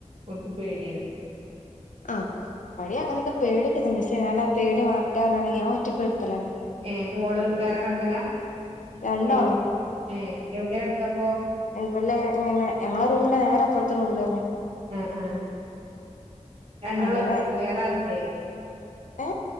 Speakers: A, on the right (about 50°); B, on the left (about 85°).
A: ഓൽക്ക് പേടിയാണ്
B: ആഹ് ഇവടി അങ്ങനൊക്കെ പേടിയൊക്കെ തന്നെ ക്ഷേ ഞാ പേടി മാറട്ടേർനാണ് ഞാൻ ഒറ്റക്ക് കെട്ത്തലാണ്
A: ഏഹ് മോള് വേറെ കെട്ക്കല
B: രണ്ടാളും
A: എ ഏഹ് എവിടെ കെട്ക്കാപ്പോ
B: ഇവളെ പിന്നെ ഞങ്ങളെ റൂമിന്റെ നേരെ അപ്പർത്തെ റൂമിലന്നെ
A: അഹ് ആഹ് രണ്ടാള
B: അങ്ങനെ
A: ഒറ്റക്ക് വേറെ ആരുല്ലേ
B: ഏ